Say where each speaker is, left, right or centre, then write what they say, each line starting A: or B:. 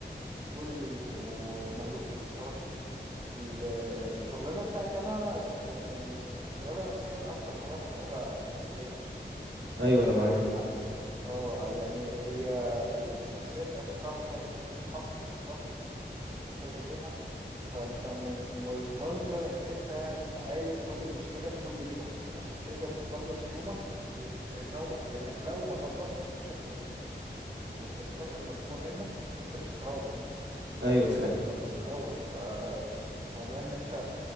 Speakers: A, on the right; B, on the right.
A: دول اللي بيبقوا مهلوكين بصراحة ال- الشغلانة بتاعتي انا م- يعني متعبة نفسيا اكتر ما هي متعبة جسديا
B: ايوه
A: إيه،
B: انا معاك
A: آه، يعني هي النفسية بتاعتها صعبة شوية إن أنت بتتحط تحت ضغط من كذا جهة فأنت م- م- ملزم إن أنت تعالج كل مشكلة في كل جهة عشان تقدر تخلص يومك وتروح لأنك لو ما خلصتش مشاكلك والتاسكات اللي مطلوبة منك أنت مش هتروح
B: ايوه
A: لازم
B: فعلا
A: تخلص الأول فموضوع إن أنت